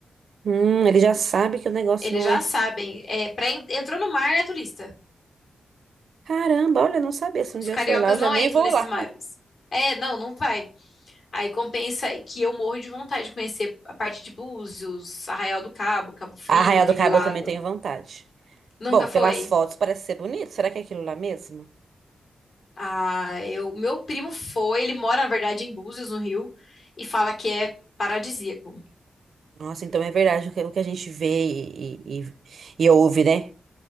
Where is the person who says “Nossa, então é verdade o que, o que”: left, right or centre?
Right